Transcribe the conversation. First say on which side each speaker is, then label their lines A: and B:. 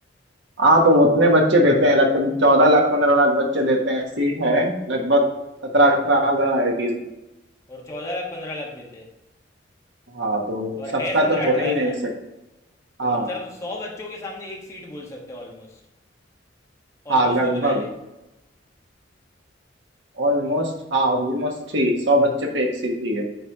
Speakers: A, on the right (about 70°); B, on the left (about 15°).
A: हाँ तो वो उतने बच्चे देते हैं लगभग चौदह लाख पंद्रह लाख बच्चे देते हैं सीट है लगभग सत्रह अठारह हजार आईआईटीज
B: और चौदह लाख पंद्रह लाख देते
A: हाँ तो
B: और
A: सबका
B: है सत्रह
A: तो हो
B: अठारह
A: ही
B: हजार
A: नहीं सकता
B: तो
A: हाँ
B: मतलब सौ बच्चों के सामने एक सीट बोल सकते हैं ऑलमोस्ट ऑलमोस्ट
A: हाँ लगभग
B: इतना है
A: ऑलमोस्ट हाँ ऑलमोस्ट ही सौ बच्चे पे एक सीट ही है